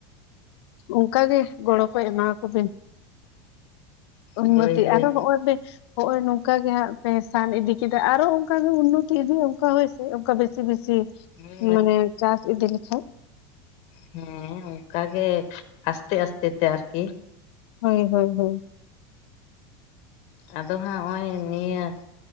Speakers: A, on the left; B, on the left.
A: ᱚᱝᱠᱟ ᱜᱮ ᱜᱚᱲᱚ ᱠᱚ ᱮᱢᱟᱠᱚᱵᱤᱱ ᱩᱱᱱᱚᱛᱤ
B: ᱦᱳᱭ ᱦᱳᱭ
A: ᱟᱨᱚ ᱦᱚᱜᱼᱚᱭ ᱵᱮ ᱦᱚᱜᱼᱚᱭ ᱱᱚᱝᱠᱟ ᱜᱮ ᱦᱟᱜ ᱯᱮ ᱥᱟᱱ ᱤᱫᱤ ᱠᱮᱫᱟ ᱟᱨᱚ ᱚᱱᱠᱟᱜᱮ ᱩᱱᱱᱚᱛᱤ ᱤᱫᱤ ᱚᱱᱠᱟ ᱦᱳᱭ ᱥᱮ ᱵᱮᱥᱤ ᱵᱮᱥᱤ
B: ᱦᱩᱸ
A: ᱢᱟᱱᱮ ᱪᱟᱥ ᱤᱫᱤ ᱞᱮᱠᱷᱟᱡ
B: ᱦᱩᱸ ᱚᱝᱠᱟ ᱜᱮ ᱟᱥᱛᱮ ᱟᱥᱛᱮ ᱛᱮ ᱟᱨᱠᱤ
A: ᱦᱳᱭ ᱦᱳᱭ ᱦᱳᱭ
B: ᱟᱫᱚ ᱦᱟᱸᱜ ᱚᱭ ᱱᱤᱭᱟᱹ